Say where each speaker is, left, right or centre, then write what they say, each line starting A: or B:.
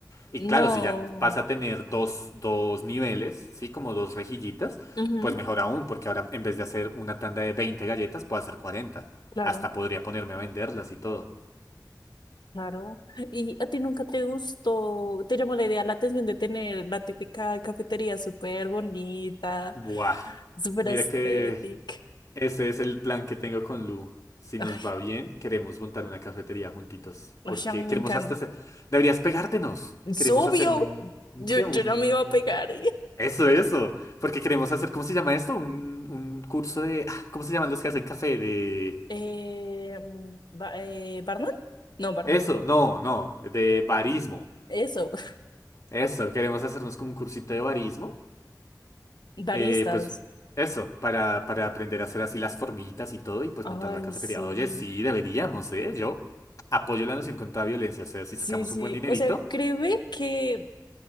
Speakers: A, on the left (about 45°); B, on the left (about 80°).
A: Y
B: no,
A: claro, si ya pasa a tener dos, dos niveles, ¿sí? Como dos rejillitas,
B: Ujú.
A: pues mejor aún, porque ahora en vez de hacer una tanda de 20 galletas, puedo hacer cuarenta
B: claro,
A: Hasta podría ponerme a venderlas y todo.
B: claro. ¿Y a ti nunca te gustó, te llamó la idea, la atención de tener la típica cafetería súper bonita,
A: Buah.
B: súper
A: Mira
B: estética?
A: que ese es el plan que tengo con Lu. Si
B: Ay,
A: nos va bien, queremos montar una cafetería juntitos.
B: ay,
A: Porque
B: a mí me
A: queremos
B: encanta.
A: hasta hacer... Deberías pegártenos.
B: Es
A: Queremos
B: obvio,
A: hacer un... un
B: yo,
A: ¿Qué? Un...
B: yo no me iba a pegar.
A: Eso, eso. Porque queremos hacer... ¿Cómo se llama esto? Un, un curso de... ah, ¿Cómo se llaman los que hacen café? de
B: Eh, mm, ba- eh, ¿barman? No, bar-
A: Eso, no, no, de barismo.
B: eso, <laughs>
A: Eso, queremos hacernos como un cursito de barismo.
B: baristas.
A: Eh, pues eso, para, para aprender a hacer así las formitas y todo y pues
B: Ay,
A: montar la cafetería.
B: sí,
A: Oye, sí, deberíamos, ¿eh? Yo apoyo la noción contra la violencia, o sea, si
B: sí,
A: sacamos
B: sí.
A: un buen dinerito.
B: O sea, créeme que